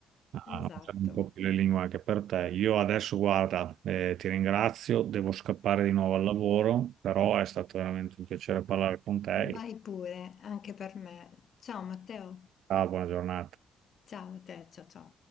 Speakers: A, on the right; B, on the left.
A: a
B: Esatto.
A: usare un po' più le lingue anche per te. Io adesso, guarda, eh, ti ringrazio, devo scappare di nuovo al lavoro, però è stato veramente un piacere parlare con te.
B: Vai pure, anche per me. Ciao Matteo.
A: Ciao, buona giornata.
B: Ciao a te, ciao ciao.